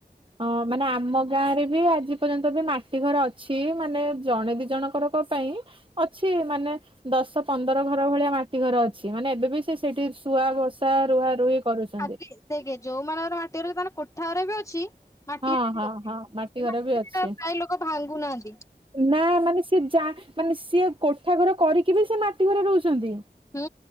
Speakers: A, on the right; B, on the left.
A: ଅଁ ମାନେ ଆମ ଗାଁ ରେ ବି ଆଜି ପର୍ଯ୍ୟନ୍ତ ବି ମାଟି ଘର ଅଛି ମାନେ ଜଣେ ଦି ଜଣଙ୍କର ଙ୍କ ପାଇଁ। ଅଛି ମାନେ ଦଶ ପନ୍ଦର ଘର ଭଳିଆ ମାଟି ଘର ଅଛି ମାନେ ଏବେ ବି ସେ ସେଠି ସୁଆ ବସା ରୁହା ରୁହି କରୁଛନ୍ତି
B: ଆଟ୍ ଦେଖେ ଯୋଉମାନଙ୍କର ମାଟିରେ ତାଙ୍କ କୋଠା ଘର ବି ଅଛି ମାଟି
A: ହଁ
B: ଅ
A: ହଁ
B: ମାଟି
A: ହଁ ବି ଅଛି।
B: ଘର ପ୍ରାୟ ଲୋକ ଭାଙ୍ଗୁନାହାନ୍ତି।
A: ନା ମାନେ ସେ ଯା ମାନେ ସିଏ କୋଠା ଘର କରିକି ବି ସେ ମାଟି ଘରେ ରହୁଛନ୍ତି।
B: ହୁଁ